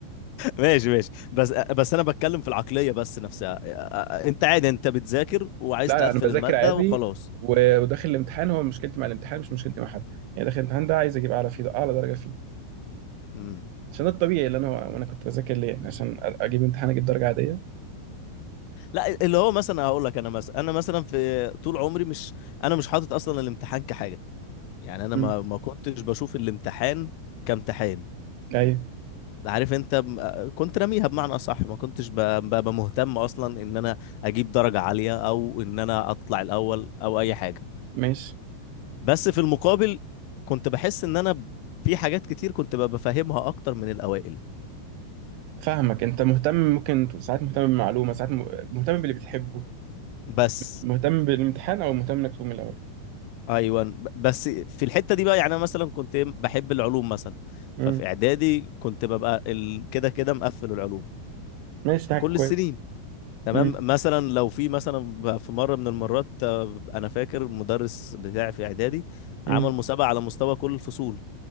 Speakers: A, on the left; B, on the right.
A: ماشي ماشي بس بس انا بتكلم في العقلية بس نفسها آه، آه، انت عادي انت بتذاكر
B: <laughs>
A: وعايز
B: لا
A: تقفل
B: لا انا بذاكر
A: المادة
B: عادي
A: وخلاص
B: و- وداخل الامتحان هو مشكلتي مع الامتحان مش مشكلتي مع حد يعني داخل الامتحان ده عايز اجيب اعلى فيه اعلى درجه فيه
A: امم
B: عشان ده الطبيعي اللي انا وانا كنت بذاكر ليه يعني عشان أ- اجيب امتحان اجيب درجه عاديه
A: لا اللي هو مثلا هقول لك انا مثلا انا مثلا في طول عمري مش انا مش حاطط اصلا الامتحان كحاجة يعني انا
B: مم.
A: ما ما كنتش بشوف الامتحان كامتحان
B: ايوه
A: عارف انت م- كنت راميها بمعنى اصح ما كنتش ب- ببقى مهتم اصلا ان انا اجيب درجة عالية او ان انا اطلع الاول او اي حاجة
B: ماشي
A: بس في المقابل كنت بحس ان انا ب- في حاجات كتير كنت ببقى فاهمها اكتر من الاوائل
B: فاهمك انت مهتم ممكن ت- ساعات مهتم بمعلومه ساعات م- مهتم باللي بتحبه
A: بس
B: مهتم بالامتحان او مهتم انك تقوم الاول
A: ايوه ب- بس في الحتة دي بقى يعني انا مثلا كنت إيه، بحب العلوم مثلا
B: امم
A: ففي اعدادي كنت ببقى ال... كده كده مقفل العلوم
B: ماشي ده
A: كل
B: حاجة كويس
A: السنين تمام
B: امم
A: مثلا لو في مثلا ب- في مره من المرات آه، انا فاكر المدرس بتاعي في اعدادي
B: امم
A: عمل مسابقه على مستوى كل الفصول